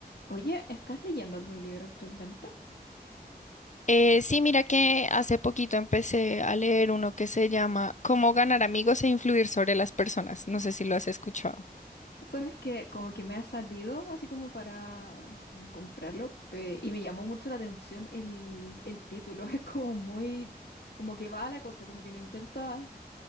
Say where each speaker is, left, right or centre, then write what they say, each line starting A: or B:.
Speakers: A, on the left; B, on the left.
A: Oye, ¿estás leyendo algún libro actualmente?
B: Eh, sí, mira que hace poquito empecé a leer uno que se llama Cómo ganar amigos e influir sobre las personas. No sé si lo has escuchado.
A: Sabes que como que me ha salido así como para como comprarlo pe- y me llamó mucho la atención el, el título. <laughs> Es como muy, como que va a la cosa, como que no intenta